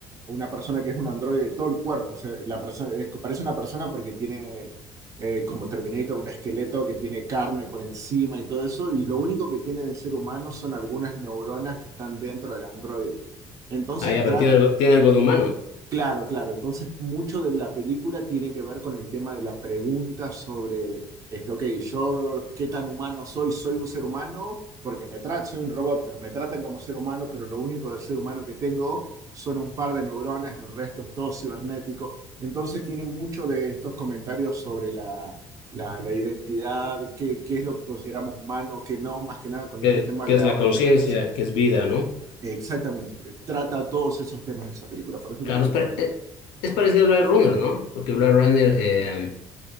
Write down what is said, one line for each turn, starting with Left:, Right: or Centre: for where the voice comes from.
Right: una persona que es un androide de todo el cuerpo. O sea, la persona es- parece una persona porque tiene, eh, como Terminator, un esqueleto que tiene carne por encima y todo eso. Y lo único que tiene de ser humano son algunas neuronas que están dentro del androide. Entonces
Left: ah, ya,
Right: trata,
Left: pero tiene algo, tiene algo de humano,
Right: Claro, claro. Entonces, mucho de la película tiene que ver con el tema de la pregunta sobre, este, ok, yo, ¿qué tan humano soy? Soy un ser humano porque me tratan, soy un robot, pero me tratan como ser humano, pero lo único de ser humano que tengo son un par de neuronas, el resto es todo cibernético. Entonces, tiene mucho de estos comentarios sobre la, la, la identidad, qué, qué es lo que consideramos humano, qué no, más que nada con
Left: que,
Right: este tema
Left: que
Right: de
Left: es
Right: argumentación.
Left: la conciencia, que es vida, ¿no?
Right: Exactamente, trata todos esos temas de esa película, por eso
Left: Claro,
Right: te la recomiendo.
Left: es, pare- eh, es parecido a Blade Runner, ¿no? Porque Blade Runner eh,